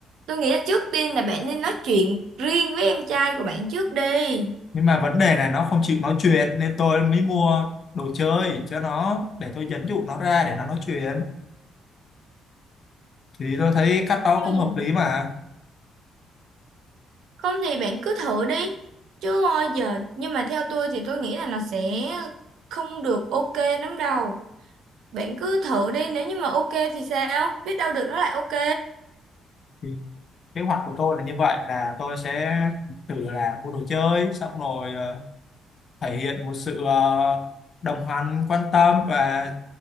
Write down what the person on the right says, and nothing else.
tôi nghĩ là trước tiên là bạn nên nói chuyện riêng với em trai của bạn trước đi
Ừ.
không thì bạn cứ thử đi chứ ôi giờ nhưng mà theo tôi thì tôi nghĩ là nó sẽ không được ok lắm đâu bạn cứ thử đi nếu như mà ok thì sao biết đâu được nó lại ok